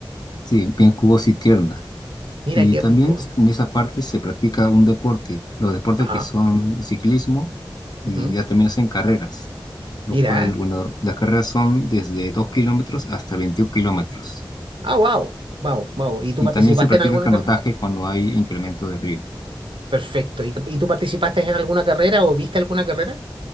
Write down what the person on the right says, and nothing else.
Mira,
qué
rico.
Ajá.
ujú.
Mira.
Ah, wow. Wow, wow. ¿Y tú
participaste
en alguna
carrera?
Perfecto. ¿Y, y tú participaste en alguna carrera o viste alguna carrera?